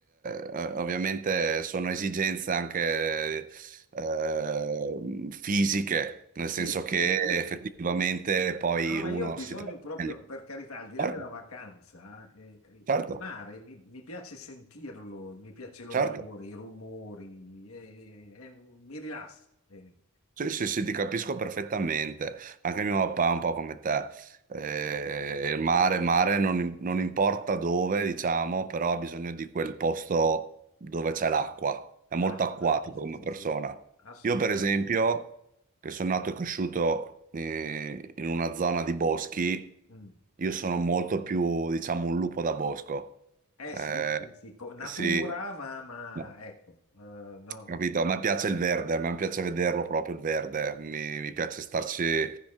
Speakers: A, on the right (about 35°); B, on the left (about 75°).
A: eh, eh, ovviamente sono esigenze anche eh, fisiche, nel
B: Sì,
A: senso che
B: sì, sì.
A: effettivamente poi
B: No, no, ma
A: uno
B: io ho bisogno
A: si trova
B: proprio,
A: meglio.
B: per carità, al di
A: Certo,
B: là della vacanza, eh, il
A: certo,
B: mare mi, mi piace sentirlo, mi piace l'odore,
A: certo.
B: i rumori, eh, eh, mi rilassa. eh.
A: Sì, sì, sì, ti capisco perfettamente. Anche mio papà è un po' come te. Eh, il mare, mare non, non importa dove, diciamo, però ha bisogno di quel posto dove c'è l'acqua. È molto
B: L'acqua,
A: acquatico
B: l'acqua, sì,
A: come
B: sì,
A: persona.
B: sì, assolutamente.
A: Io, per esempio, che sono nato e cresciuto eh, in una zona di boschi,
B: Mm.
A: io sono molto più, diciamo, un lupo da bosco.
B: Eh
A: Eh,
B: sì, sì, sì, co- natura,
A: sì.
B: ma, ma,
A: No.
B: ecco, eh, no,
A: Capito?
B: no,
A: A me piace il verde, a me piace vederlo proprio il verde, mi, mi piace starci eh,